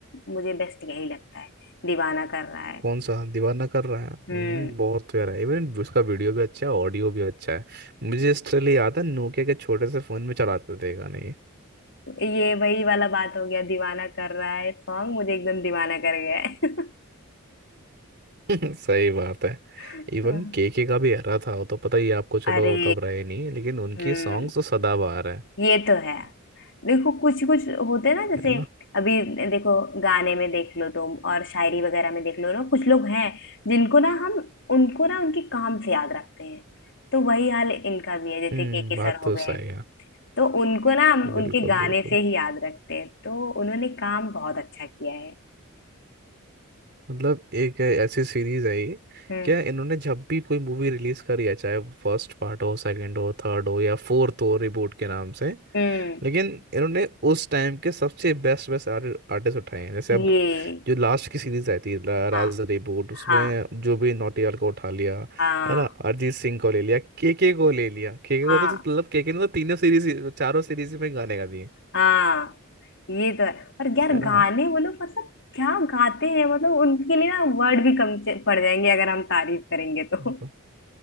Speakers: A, on the left (about 60°); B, on the right (about 50°).
A: मुझे बेस्ट यही लगता है दीवाना कर रहा है
B: कौन सा दीवाना कर रहा है हम्म
A: हम्म
B: बहुत प्यारा है इवन उसका वीडियो भी अच्छा है ऑडियो भी अच्छा है मुझे इसलिए याद है नोकिया के छोटे से फोन में चलाते थे गाने ये
A: ये वही वाला बात हो गया दीवाना कर रहा है सॉन्ग मुझे एकदम दीवाना कर गया है
B: <laughs> सही बात है
A: <laughs>
B: इवन
A: हाँ।
B: केके का भी एरा था वो तो पता ही है आपको चलो
A: अरे
B: वो तब रहे नहीं लेकिन उनकी
A: हम्म
B: सॉन्ग्स तो सदाबहार है
A: ये तो है देखो कुछ कुछ होते हैं ना जैसे
B: है ना
A: अभी देखो गाने में देख लो तुम और शायरी वगैरह में देख लो ना कुछ लोग हैं जिनको ना हम उनको ना उनके काम से याद रखते हैं तो वही हाल इनका भी है जैसे
B: हम्म
A: के के
B: बात
A: सर
B: तो
A: हो गए
B: सही है
A: तो उनको ना हम उनके
B: बिल्कुल
A: गाने
B: बिल्कुल
A: से ही याद रखते हैं तो उन्होंने काम बहुत अच्छा किया है
B: मतलब एक ऐसी सीरीज है ये
A: हम्म
B: क्या इन्होंने जब भी कोई मूवी रिलीज करी है चाहे फर्स्ट पार्ट हो सेकंड हो थर्ड हो या फोर्थ हो रिबूट के नाम से
A: हम्म
B: लेकिन इन्होंने उस टाइम के सबसे बेस्ट बेस्ट आर्टिस्ट उठाए हैं जैसे
A: ये
B: अब जो लास्ट की सीरीज आई थी रा- राज
A: हाँ
B: रिबूट उसमें
A: हाँ
B: जो भी नौटियाल को उठा लिया
A: हाँ
B: है ना अरिजीत सिंह को ले लिया केके को ले लिया केके को
A: हाँ
B: तो तो मतलब केके ने तो तीनों सीरीज चारों सीरीज में गाने गा दिए
A: हाँ ये तो है और यार
B: है ना
A: गाने वो लोग मतलब क्या गाते हैं मतलब उनके लिए ना वर्ड भी कम से- पड़ जाएंगे अगर हम तारीफ करेंगे तो
B: तो